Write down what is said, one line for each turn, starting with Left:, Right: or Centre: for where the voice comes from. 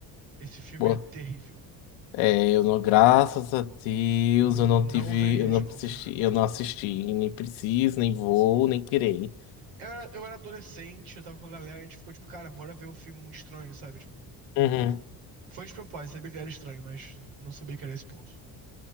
Right: Esse filme
Left: Boa.
Right: é terrível.
Left: É, eu não, graças a Deus,
Right: Eu
Left: eu
Right: não
Left: não tive,
Right: veria
Left: eu
Right: de
Left: não
Right: novo.
Left: assisti, eu não assisti, nem preciso, nem vou, nem querer.
Right: Eu era, eu era adolescente, eu tava com a galera, a gente ficou tipo, cara, bora ver um filme muito estranho, sabe? Tipo,
Left: Uhum.
Right: foi de propósito, sabia que era estranho, mas não sabia que era esse ponto.